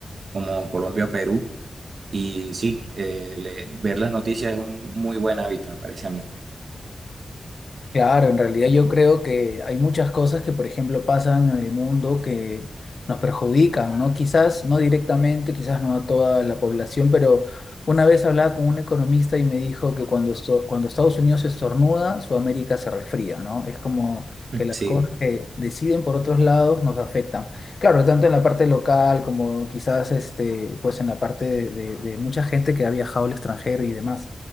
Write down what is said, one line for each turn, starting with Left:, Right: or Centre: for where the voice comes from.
Right: como Colombia o Perú. Y sí, eh, le- ver las noticias es un muy buen hábito, me parece a mí.
Left: Claro, en realidad yo creo que hay muchas cosas que, por ejemplo, pasan en el mundo que nos perjudican, ¿no? Quizás no directamente, quizás no a toda la población, pero una vez hablaba con un economista y me dijo que cuando, esto- cuando Estados Unidos estornuda, Sudamérica se resfría, ¿no? Es como
Right: <laughs>
Left: que las
Right: Sí,
Left: cosas que deciden por otros lados nos afectan. Claro, tanto en la parte local como quizás este, pues en la parte de, de de mucha gente que ha viajado al extranjero y demás.